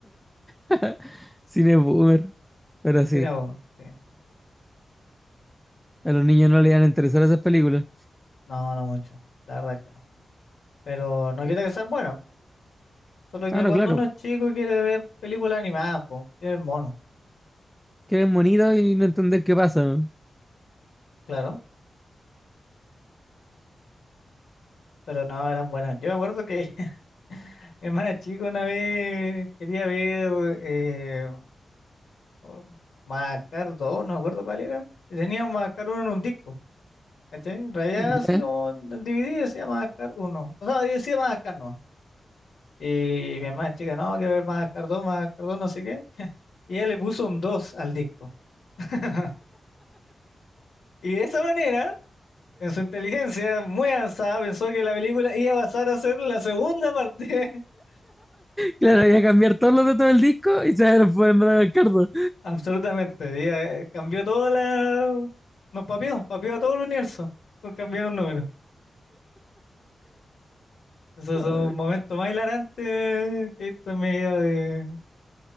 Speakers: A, in the centre; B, on the left.
A: <laughs> Cine boomer, pero
B: Cine
A: sí,
B: boomer, sí.
A: a los niños no les iban a interesar esas películas.
B: No, no mucho. La verdad que no. Pero no quita que sean buenas. Solo que
A: Ah, no,
B: cuando
A: claro,
B: uno es chico y quiere ver películas animadas, pues, quiere ver mono.
A: que es bonito y no entender qué pasa. ¿no?
B: Claro. Pero no, eran buenas. Yo me acuerdo que <laughs> mi hermana chica una vez quería ver eh, o- Macar dos no me acuerdo cuál era. y Tenía Macar uno en un disco, ¿cachai? Rayada
A: Ya.
B: así como
A: <laughs>
B: en DVD decía Macar uno O sea, decía Macar no. Y mi hermana chica, no, quiero ver Macar dos Macar 2 no sé qué. <laughs> Y ella le puso un 2 al disco. <laughs> Y de esa manera, en su inteligencia muy avanzada, pensó que la película iba a pasar a ser la segunda parte. <laughs>
A: Claro, voy a cambiar todos los datos del disco y se van a poner Madagascar. 2.
B: Absolutamente. y, eh, cambió toda la... Nos papió, papió a todo el universo con cambiar un número. Esos
A: Ay,
B: son los momentos más hilarantes que he visto en mi vida de,